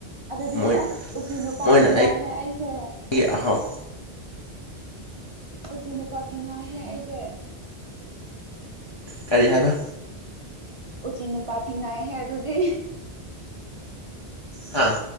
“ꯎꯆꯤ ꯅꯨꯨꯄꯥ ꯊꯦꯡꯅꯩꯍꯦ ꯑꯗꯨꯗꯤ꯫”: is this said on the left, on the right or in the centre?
Right